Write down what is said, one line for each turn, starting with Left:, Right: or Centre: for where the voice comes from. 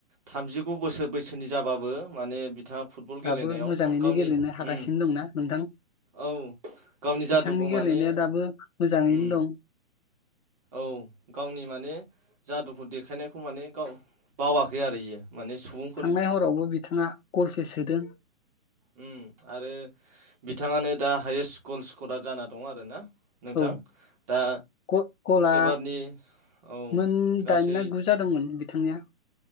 Right: थामजिगु बोसोर बैसोनि जाबाबो माने बिथांआ फुटबल
Left: दाबो
Right: गेलेनायाव
Left: मोजाङैनो
Right: गावनि
Left: गेलेनो
Right: उम
Left: हागासिनो दंना नोंथां
Right: औ गावनि
Left: बिथांनि
Right: जादुखौ
Left: गेलेनाया
Right: माने
Left: दाबो मोजाङैनो
Right: उम
Left: दं
Right: औ गावनि माने जादुखौ देखायनायखौ माने गाव बावाखै आरो इयो माने सुबुं
Left: थांनाय हरावबो बिथाङा गलसे सोदों।
Right: उम आरो बिथाङानो दा हायेस्ट गल स्करार जाना दं आरो ना। नोंथां
Left: औ
Right: दा
Left: ग गला
Right: एबारनि औ
Left: मोन
Right: गासै
Left: दाइन ना गु जादोंमोन बिथांनिया